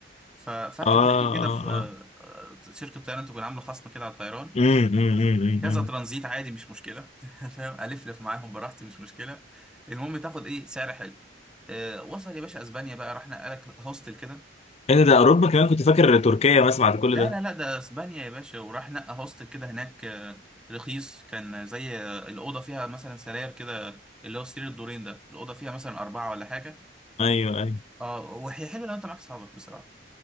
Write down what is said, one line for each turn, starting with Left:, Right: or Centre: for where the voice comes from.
Centre: ف- فانت
Left: اه اه
Centre: تلاقي كده في
Left: اه
Centre: آه، شركه طيران تكون عامله خصم كده على الطيران
Left: امم امم امم
Centre: كذا
Left: أمم.
Centre: ترانزيت عادي مش مشكله <laughs> فاهم الفلف معاهم براحتي مش مشكله المهم تاخد ايه سعر حلو آه، وصل يا باشا اسبانيا بقى راح نقلك هوستل كده
Left: ايه ده ده اوروبا كمان كنت فاكر تركيا بس بعد كل
Centre: لا
Left: ده
Centre: لا لا ده اسبانيا يا باشا وراح نقى هوستل كده هناك آه، رخيص كان زي آه، الاوضه فيها مثلا سراير كده اللي هو سرير الدورين ده الاوضه فيها مثلا اربعه ولا حاجه
Left: ايوه ايوه
Centre: اه وهي حلوه لو انت معاك صحابك بصراحه